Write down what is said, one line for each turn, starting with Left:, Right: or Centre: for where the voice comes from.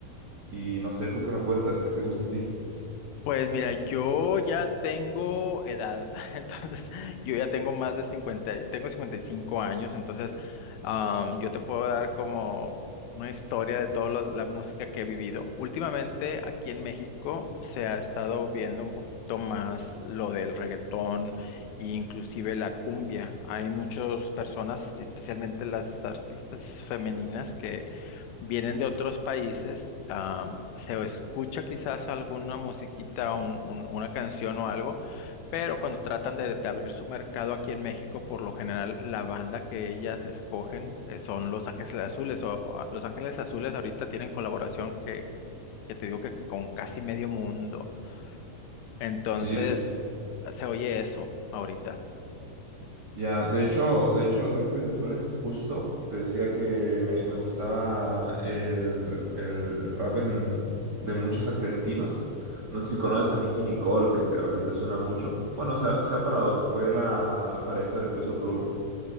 Right: Y no sé, ¿tú qué me cuentas? ¿Qué te gusta a ti?
Left: Pues mira, yo ya tengo edad, <laughs> entonces yo ya tengo más de 50, tengo 55 años, entonces am, yo te puedo dar como una historia de toda la música que he vivido. Últimamente aquí en México se ha estado viendo un poquito más lo del reggaetón e inclusive la cumbia. Hay muchas personas, especialmente las artistas femeninas, que vienen de otros países, am, se escucha quizás alguna musiquita, un- un- una canción o algo, pero cuando tratan de, de abrir su mercado aquí en México, por lo general la banda que ellas escogen eh, son Los Ángeles Azules o o, ah, Los Ángeles Azules ahorita tienen colaboración que, que te digo que con casi medio mundo. Entonces,
Right: Sí,
Left: se oye eso ahorita.
Right: Ya, de hecho, de hecho, Los Ángeles Azules, justo, te decía que me, me gustaba el, r- el rap en- de muchos argentinos. No sé si conoces a Nicki Nicole, que ahorita suena mucho. Bueno, se ha, se ha parado, que fue la pareja de Peso Pluma.